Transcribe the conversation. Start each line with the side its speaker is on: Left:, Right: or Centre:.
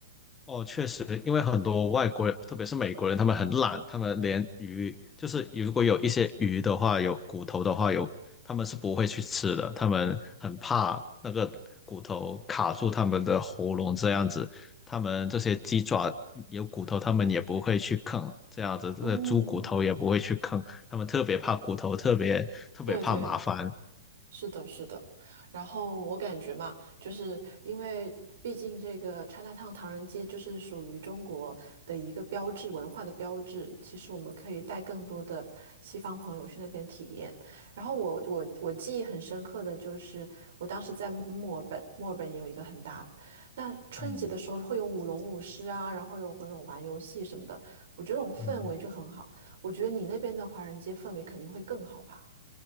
Left: 哦，确实，因为很多外国人，特别是美国人，他们很懒，他们连鱼，就是如果有一些鱼的话，有骨头的话，有他们是不会去吃的，他们很怕那个骨头卡住他们的喉咙这样子。他们这些鸡爪有骨头，他们也不会去啃，这样子，这个猪骨头也不会去啃，
Right: 嗯，
Left: 他们特别怕骨头，特别特别怕麻烦。
Right: 对对，是的，是的，然后我感觉嘛，就是因为毕竟这个 Chinatown 唐人街就是属于中国的一个标志，文化的标志。其实我们可以带更多的西方朋友去那边体验。然后我我我记忆很深刻的就是，我当时在墨尔本，墨尔本也有一个很大的。那春节的时候会有舞龙舞狮啊，
Left: 嗯
Right: 然后有会那种玩游戏什么的，我觉得那种氛围就很好。
Left: 嗯。
Right: 我觉得你那边的华人街氛围肯定会更好吧，